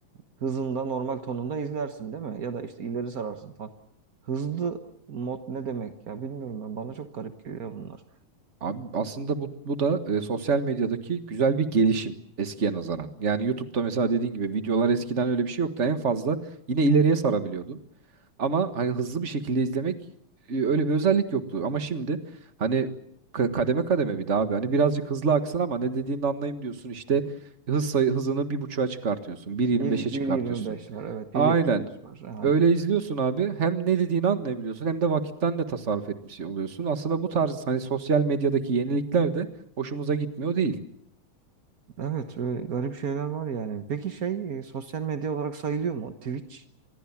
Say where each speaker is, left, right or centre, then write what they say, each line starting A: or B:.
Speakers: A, on the right; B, on the right.
A: hızında, normal tonunda izlersin değil mi? Ya da işte ileri sararsın falan. Hızlı mod ne demek ya bilmiyorum ben. Bana çok garip geliyor bunlar.
B: Abi aslında bu bu da e, sosyal medyadaki güzel bir gelişim eskiye nazaran. Yani YouTube'da mesela dediğin gibi videolar eskiden öyle bir şey yoktu. En fazla yine ileriye sarabiliyordun. Ama hani hızlı bir şekilde izlemek e, öyle bir özellik yoktu. Ama şimdi hani ka- kademe kademe bir daha abi. Hani birazcık hızlı aksın ama ne dediğini anlayayım diyorsun. İşte hız sayı hızını bir buçuğa çıkartıyorsun. 1.25'e
A: Bir,
B: çıkartıyorsun.
A: 1.25 var evet
B: Aynen.
A: bir yetmiş beş var yani
B: Öyle izliyorsun abi. Hem ne dediğini anlayabiliyorsun hem de vakitten de tasarruf etmiş oluyorsun. Aslında bu tarz hani sosyal medyadaki yenilikler de hoşumuza gitmiyor değil.
A: evet öyle garip şeyler var yani peki şey e, sosyal medya olarak sayılıyor mu Twitch